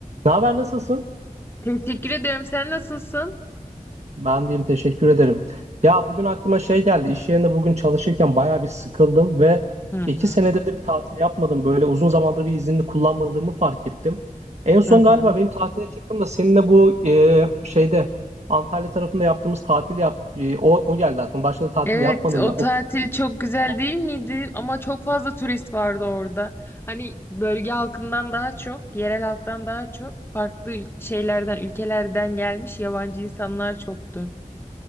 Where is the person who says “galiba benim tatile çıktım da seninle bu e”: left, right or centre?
Right